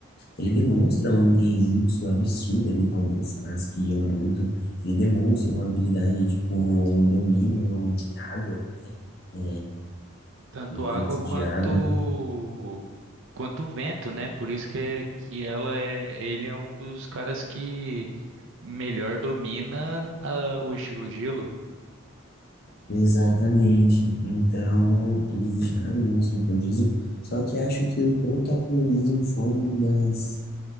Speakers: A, on the left; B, on the right.
A: ele demonstra um genjutsu absurdo ali contra o Sasuke e o Naruto, ele demonstra uma habilidade, tipo, um domínio em água, é...
B: tanto
A: um
B: água
A: jutsu
B: quanto
A: de água,
B: quanto vento, né? Por isso que, é- que ela é, ele é um dos caras que melhor domina a- o estilo gelo.
A: Exatamente. Então, eles jogam no prodígio. Só que acho que o protagonismo foi uma das